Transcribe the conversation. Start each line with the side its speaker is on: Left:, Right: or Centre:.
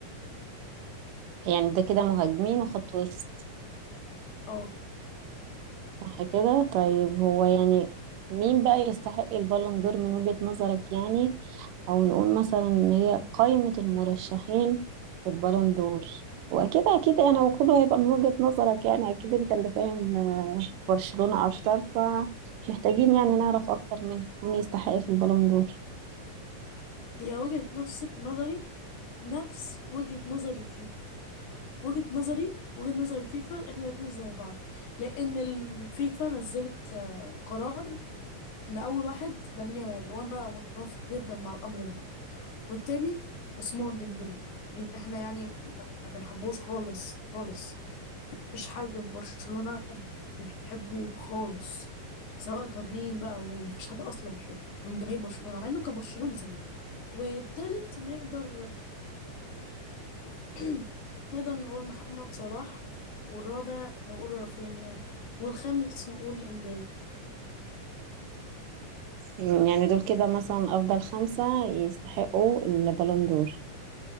Right: يعني ده كده مهاجمين وخط وسط
Left: اه
Right: صح كده طيب هو يعني مين بقى يستحق البالون دور من وجهة نظرك يعني او نقول مثلا ان هي قائمة المرشحين في البالون دور واكيد اكيد يعني هو كله هيبقى من وجهة نظرك يعني اكيد انت اللي فاهم برشلونة اكتر فمحتاجين يعني نعرف اكتر منها مين يستحق في البالون دور
Left: هي وجهة نفس نظري نفس وجهة نظر الفيفا وجهة نظري وجهة نظر الفيفا احنا الاتنين زي بعض لأن الفيفا نزلت آه، قرار ان اول واحد لامين يامال وانا متفق جدا مع الامر ده والتاني عثمان ديمبلي اللي احنا يعني ما بنحبوش خالص خالص مفيش حد في برشلونة بيحبه خالص سواء كان مين بقى ومين مفيش حد اصلا بيحبه من جماهير برشلونة مع انه كان برشلوني زمان والتالت نقدر <clears throat> نقدر نقول محمد صلاح والرابع نقول رافينيا والخامس نقول امبابي
Right: يعني دول كده مثلا افضل خمسة يستحقوا البالون دور